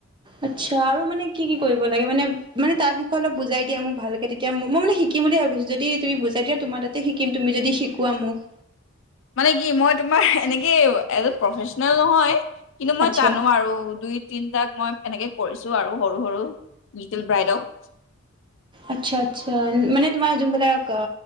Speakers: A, on the right (about 25°); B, on the left (about 65°).
A: আচ্ছা আৰু মানে কি‌ কি কৰিব লাগে মানে মানে? তাৰ বিষয়ে অলপ বুজাই দিয়া মোক ভালকে তেতিয়া মই মানে শিকিম বুলি ভাবিছো। যদি তুমি বুজাই দিয়া তোমাৰ তাতে শিকিম তুমি যদি শিকোৱা মোক?
B: মানে কি মই তোমাৰ এনেকে এজ প্ৰফেচনেল নহয়। কিন্তু মই
A: আচ্ছা
B: জানো আৰু দুই, তিনটাক মই এনেকে কৰিছো আৰু সৰু সৰু লিটিল ব্ৰাইডক।
A: আত্চ্ছা আত্চ্ছা মানে তোমাৰ যোনবিলাক আ